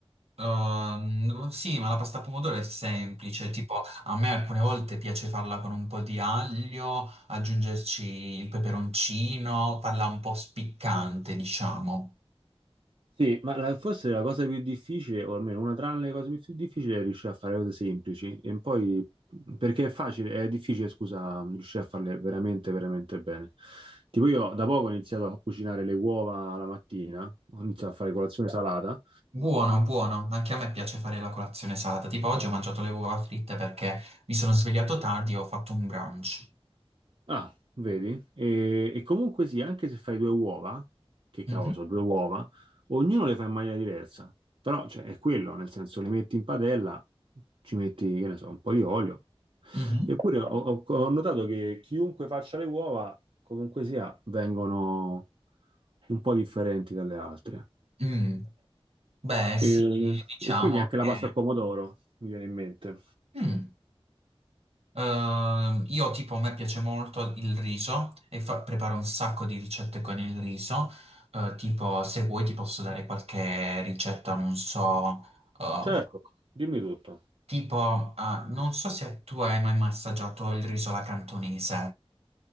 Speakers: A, on the right; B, on the right.
A: Ehm, sì, ma la pasta al pomodoro è semplice, tipo a me alcune volte piace farla con un po' di aglio, aggiungerci il peperoncino, farla un po' spiccante, diciamo.
B: Sì, ma la- forse la cosa più difficile, o almeno una tra le cose più più difficili, è riuscire a fare cose semplici e poi, perché è facile, è difficile, scusa, riuscire a farle veramente, veramente bene. Tipo io da poco ho iniziato a cucinare le uova la mattina, ho iniziato a fare colazione salata
A: Buono, buono, anche a me piace fare la colazione salata, tipo oggi ho mangiato le uova fritte perché mi sono svegliato tardi e ho fatto un brunch.
B: Ah, vedi? E, e comunque sì, anche se fai due uova, che cavolo,
A: Mhm,
B: sono due uova, ognuno le fa in maniera diversa. Però, cioè, è quello, nel senso, le metti in padella, ci metti, che ne so, un po' di olio.
A: mhm.
B: Eppure ho, ho- ho notato che chiunque faccia le uova, comunque sia, vengono un po' differenti dalle altre.
A: Mm. Beh, sì,
B: E,
A: diciamo
B: e quindi anche la
A: che...
B: pasta al pomodoro mi viene in mente.
A: Mm. Ehm, io tipo a me piace molto il riso e fa- preparo un sacco di ricette con il riso. Eh, tipo, se vuoi ti posso dare qualche ricetta, non so, ehm,
B: Certo, dimmi tutto.
A: tipo, ah, non so se tu hai mai assaggiato il riso alla cantonese.